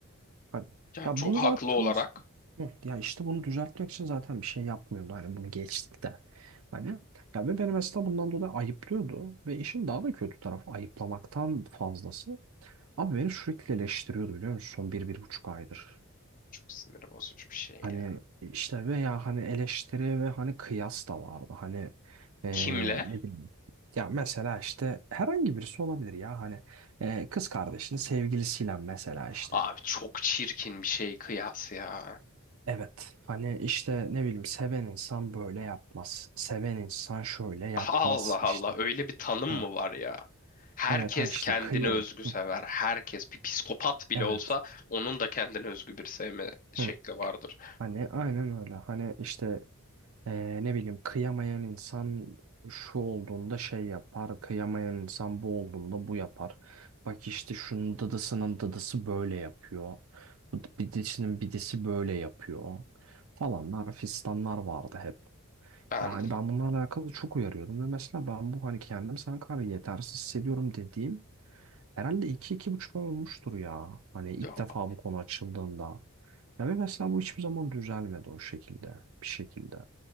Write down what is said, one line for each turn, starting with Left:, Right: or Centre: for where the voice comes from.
Right: Hani
Left: yani
Right: ya
Left: çok
Right: bunu
Left: haklı
Right: zaten
Left: olarak
Right: mes- Hı, ya işte bunu düzeltmek için zaten bir şey yapmıyordu. Hani bunu geçtik de. Hani ya ve beni mesela bundan dolayı ayıplıyordu ve işin daha da kötü tarafı ayıplamaktan fazlası. Abi beni sürekli eleştiriyordu biliyor musun? Son bir, bir buçuk aydır.
Left: çok sinir bozucu bir şey
Right: Hani
Left: ya.
Right: işte veya hani eleştiri ve hani kıyas da vardı. Hani eee,
Left: Kimle?
Right: ne bileyim. Ya mesela işte herhangi birisi olabilir ya hani eee, kız kardeşinin sevgilisiyle mesela işte.
Left: Abi çok çirkin bir şey kıyas ya.
Right: Evet hani işte ne bileyim seven insan böyle yapmaz. Seven insan şöyle yapmaz
Left: Allah Allah
Right: işte.
Left: öyle bir tanım
Right: Ha,
Left: mı var ya? Herkes
Right: evet hani işte
Left: kendine
Right: kıyam.
Left: özgü sever.
Right: Hı,
Left: Herkes bir psikopat bile
Right: Evet.
Left: olsa onun da kendine özgü bir sevme şekli
Right: Hı.
Left: vardır.
Right: Hani aynen öyle. Hani işte Ee, ne bileyim kıyamayan insan şu olduğunda şey yapar, kıyamayan insan bu olduğunda bu yapar. Bak işte şunun dıdısının dıdısı böyle yapıyor. Bu bidisinin bidisi böyle yapıyor. Falanlar fistanlar vardı hep.
Left: Ben
Right: Yani ben bunlarla alakalı çok uyarıyordum ve mesela ben bu hani kendimi sana kadar yetersiz hissediyorum dediğim herhalde iki 25 ay olmuştur ya. Hani ilk
Left: ya,
Right: defa bu konu açıldığında. Ya ve mesela bu hiçbir zaman düzelmedi o şekilde, bir şekilde.